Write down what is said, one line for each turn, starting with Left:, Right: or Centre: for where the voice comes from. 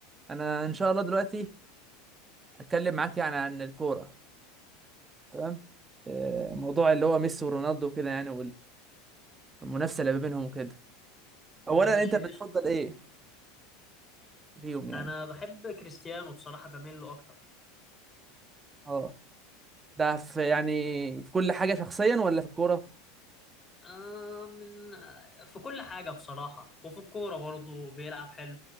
Right: انا ان شاء الله دلوقتي اتكلم معاك يعني عن الكوره تمام آه، موضوع اللي هو ميسي ورونالدو وكده يعني والمنافسه اللي ما بينهم وكده اولا
Left: ماشي
Right: انت بتفضل
Left: قشطة.
Right: ايه فيهم يعني
Left: انا بحب كريستيانو بصراحة بميل له اكتر
Right: اه ده في يعني في كل حاجه شخصيا ولا في الكوره
Left: آه من آه، في كل حاجة بصراحة وفي الكورة برضه بيلعب حلو